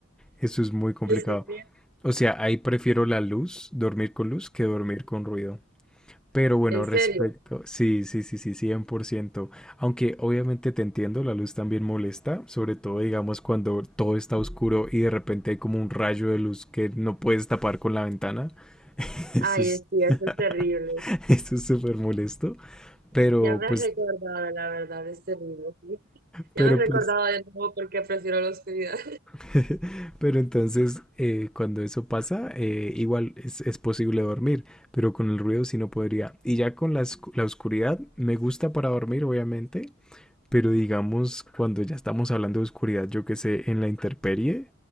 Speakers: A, in the centre; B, on the right.
A: Eso es muy complicado.
B: <laughs> que existía.
A: O sea, ahí prefiero la luz, dormir con luz, que dormir con ruido. Pero bueno,
B: En
A: respecto,
B: serio.
A: sí, sí, sí, sí, cien por ciento Aunque obviamente te entiendo, la luz también molesta, sobre todo digamos cuando todo está oscuro y de repente hay como un rayo de luz que no puedes tapar con la ventana. <laughs> Eso
B: Ay,
A: es,
B: es- sí, eso es terrible.
A: <laughs> eso es súper molesto. Pero
B: Ya me
A: pues,
B: has recordado, la verdad, es terrible. ¿sí? Ya
A: pero
B: me has recordado
A: pues,
B: de nuevo porque prefiero la oscuridad.
A: <laughs> pero entonces eh, cuando eso pasa, eh, igual es, es posible dormir, pero con el ruido sí no podría. Y ya con la, oscu- la oscuridad, me gusta para dormir, obviamente Pero digamos, cuando ya estamos hablando de oscuridad, yo que sé, en la intemperie,